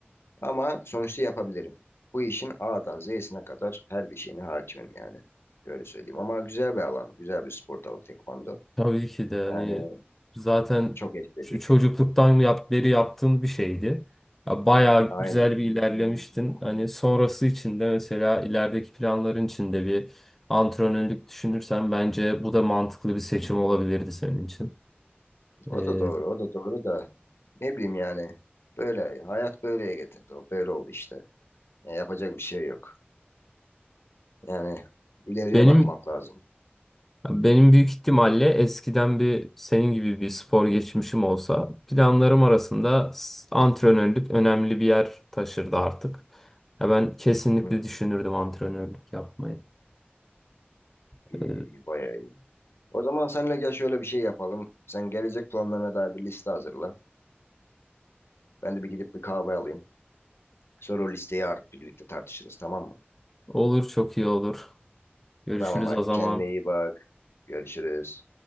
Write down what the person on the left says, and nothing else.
Ama sonuçta yapabilirim. Bu işin A'dan Z'sine kadar her bir şeyine hakimim yani. Şöyle söyleyeyim. Ama güzel bir alan. Güzel bir spor dalı tekvando.
Yani
çok estetik.
Aynen.
O
da doğru. O da doğru da ne bileyim yani. Böyle. Hayat böyleye getirdi. O böyle oldu işte. Ya yapacak bir şey yok. Yani ileriye
bakmak lazım.
Hmm,
iyi, iyi, bayağı iyi. O zaman seninle gel şöyle bir şey yapalım. Sen gelecek planlarına dair bir liste hazırla. Ben de bir gidip bir kahve alayım. Sonra o listeyi artık birlikte tartışırız tamam mı?
Tamam hadi
kendine iyi bak. Görüşürüz.